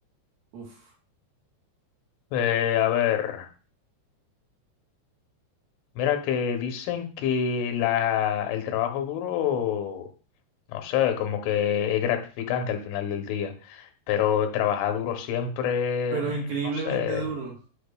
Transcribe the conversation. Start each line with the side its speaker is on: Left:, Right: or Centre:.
Right: Uf,
Left: Eh, a ver, mira que dicen que la, el trabajo duro, no sé, como que es gratificante al final del día, pero trabajar duro siempre,
Right: pero increíblemente
Left: mm, no sé,
Right: duro.